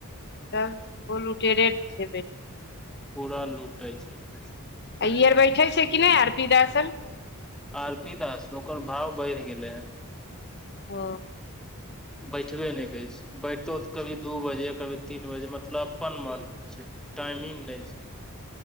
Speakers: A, on the left; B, in the centre.
A: तब ओ लुटेरे के छै बेसी
B: पूरा लूटै छै पैसा
A: आ ई आर बैठे छै कि नय आर पी दास आर
B: आर पी दास ओकर भाव बढ़ि गेलै हेन
A: ओ
B: बैठबे नय करै छै बैठतौ तऽ कभी दू बजे कभी तीन बजे मतलब अपन मन से छै टाइमिंग नय छै